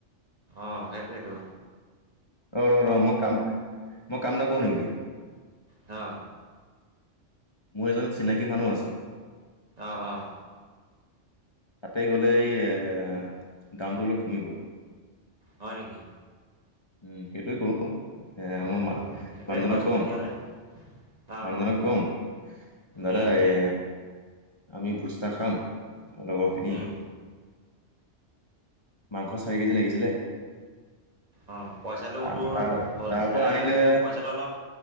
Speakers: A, on the right (about 35°); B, on the left (about 25°).
A: অ সেইটোৱেইটো
B: অ ৰ ৰ মোৰ কাম মই কাম এটা কৰো নেকি
A: অ
B: মোৰ এজন চিনাকী মানুহ আছে
A: আহ আহ
B: তাতে গ'লে এই এ দামটো অলপ কমিব।
A: হয় নেকি
B: উম সেইটোৱে কৰো এ
A: অঁ
B: মোৰ ম
A: সেইটোৱে
B: মানুহজনক
A: কৰচোন
B: কম
A: তেতিয়াহ'লে অঁ
B: মানুহজনক
A: অঁ
B: কম দাদা
A: উম
B: এ আমি ভোজ এটা খাম লগৰখিনি
A: উম
B: মাংস চাৰি কেজি লাগিছিলে
A: অ পইচাটো
B: তা-
A: তোৰ
B: তাৰ
A: হল
B: তাৰ
A: এ
B: পৰা আনিলে
A: তোৰ পইচাটো অলপ